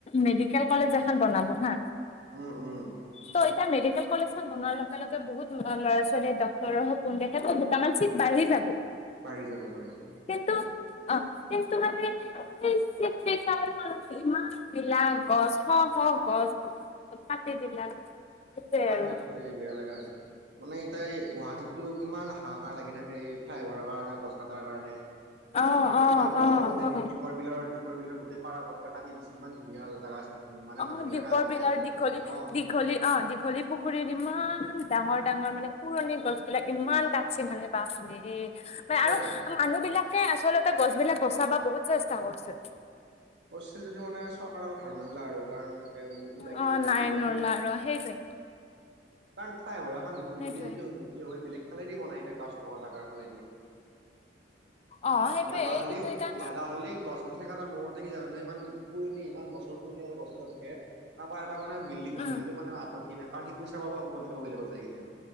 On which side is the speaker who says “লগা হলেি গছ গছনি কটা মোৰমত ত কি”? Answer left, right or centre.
Right